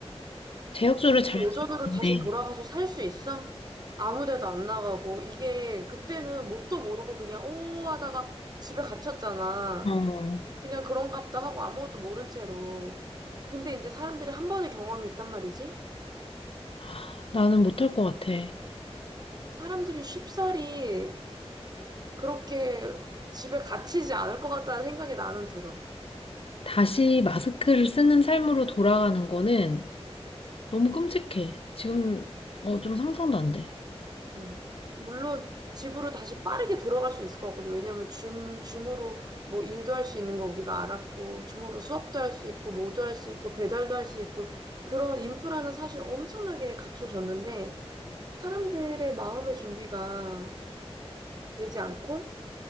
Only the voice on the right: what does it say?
근데
예전으로
다시 돌아가서 살 수 있어? 아무 데도 안 나가고, 이게 그때는 뭣도 모르고 그냥 오 하다가 집에 갇혔잖아.
그냥 그런가 보다 하고 아무것도 모른 채로. 근데 이제 사람들이 한 번의 경험이 있단 말이지?
사람들이 쉽사리 그렇게 집에 갇히지 않을 것 같다는 생각이 나는 들어.
음. 물론 집으로 다시 빠르게 들어갈 수 있을 것 같거든. 왜냐면 줌, 줌으로 뭐 일도 할 수 있는 거 우리가 알았고, 줌으로 수업도 할 수 있고, 뭐도 할 수 있고, 배달도 할 수 있고, 그런 인프라는 사실 엄청나게 갖춰졌는데, 사람들의 마음의 준비가 되지 않고,